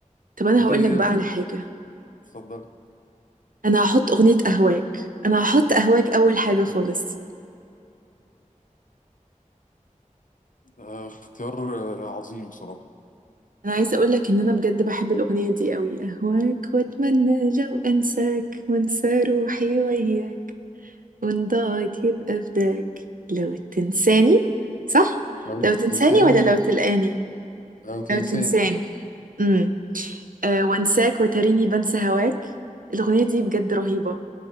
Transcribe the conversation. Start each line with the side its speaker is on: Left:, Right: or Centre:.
Right: طب انا
Left: انت
Right: هقول لك بقى على
Left: في
Right: حاجه
Left: اتفضلي
Right: انا هحط اغنية اهواك انا هحط اهواك اول حاجة خالص
Left: آه اختيار آه، عظيم بصراحه
Right: انا عايزة اقولك ان انا بجد بحب الاغنية دي قوي اهواك واتمنى لو انساك وانسى روحي وياك وان ضاعت يبقى فداك لو تنساني صح
Left: لو
Right: لو تنساني
Left: تنساني
Right: ولا لو تلقاني
Left: لو تنساني
Right: لو تنساني امم أه وانساك وتريني بنسى هواك الاغنية دي بجد رهيبة